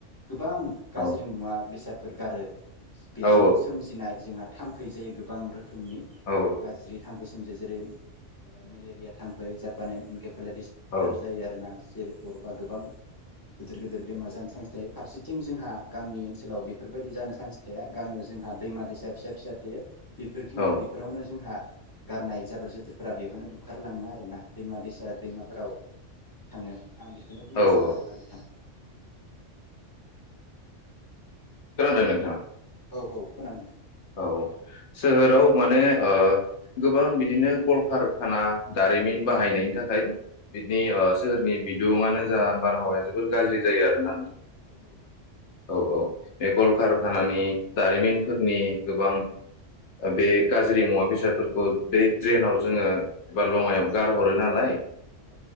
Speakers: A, on the left (about 25°); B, on the left (about 75°).
A: गोबां गाज्रि
B: औ
A: मुवा बेसाद फोर गारो बेजों
B: औ
A: सोमजिनाय जोंहा थाम्फै जायो गोबां रोखोम नि
B: औ
A: गाज्रि थाम बोसो एमजे जेरै <unintelligible> ओ मेलेरिया थाम्फै जापान एन फेलायटिसफोर
B: औ
A: जायो आरोना जेरै अरबा गोबां गोदिर गोदिर बेमार जानो चान्स थायो फारसेथिं जोंहा गामि ओनसोलाव बेफोरबायदि जानो चान्स थाया गामियाव जोंहा दैमा दैसा फिसा फिसा थायो बेफोरखि
B: औ
A: बेफोरावनो जोंहा गारनाय जाबोर जोथोरफोरा बेयाव ओंखाय बुखारलाङो आरो ना दैमा दैसा दैमाफोराव थाङो आं बेखौनो बुंनो
B: औ
A: सानो
B: औ
A: आरो ना नोंथां।
B: खोनादों नोंथाङा
A: औ औ खोनादों
B: औ सोहोराव माने ओ गोबां बिदिनो कलकारखाना दारिमिन बाहायनायनि थाखाय बिदिनि
A: औ
B: सोरनि बि बिदुंयानो जा बारहावाया जोबोर गाज्रि जायो आरो ना नोंथाङा
A: औ औ
B: औ औ बे कल कारखानानि दारिमिनफोरनि गोबां बे गाज्रि मुवा बेसादफोरखौ बे ड्रेनाव जोङो एबा लङायाव गारहरो नालाय
A: औ